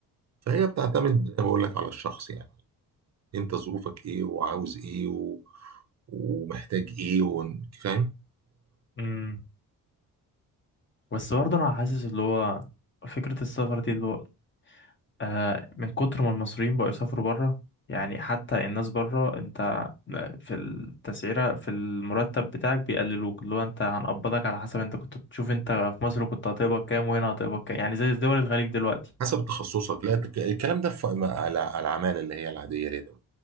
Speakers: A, on the right; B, on the left.
A: فهي بتعتمد زي ما بقول لك على الشخص يعني انت ظروفك ايه وعاوز ايه و... ومحتاج ايه و... فاهم
B: امم بس برضه انا حاسس اللي هو فكرة السفر دي اللي هو آه من كتر ما المصريين بقوا يسافروا بره يعني حتى الناس بره انت في التسعيرة في المرتب بتاعك بيقللوك اللي هو انت هنقبضك على حسب انت كنت بتشوف انت في مصر كنت هتقبض كام وهنا هتقبض كام يعني زي دول الخليج دلوقتي
A: حسب تخصصك لا الك- الكلام ده في م- على على العمال اللي هي العاديه ليه ده